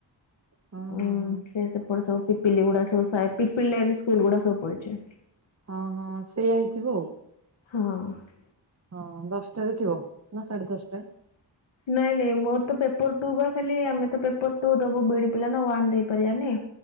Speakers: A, on the right; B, on the left.
A: ହୁଁ ହଁ
B: ଉଁ
A: ହଁ ହଁ
B: ସେ ସେପଟେ ସବୁ ପିପିଲ ଗୁଡା ସବୁ ସାଇ ପିପିଲି ଲାଇନ ସ୍କୁଲ ଗୁଡା ସବୁପଡିଛି।
A: ହଁ ହଁ ସେଇଆ ହେଇଥିବ ଆଉ।
B: ହଁ।
A: ହଁ ଦଶଟାରେ ଥିବ ନା ସାଢେ ଦଶଟା?
B: ନାଇଁ ନାଇଁ ମୋରୋ ତ ପେପର ଟୁ ବା ଖାଲି ଆମେ ତ ପେପର ଟୁ ଦୋବୁ ବିଡି ପିଲା ୱାନ ଦେଇପାରିବାନି।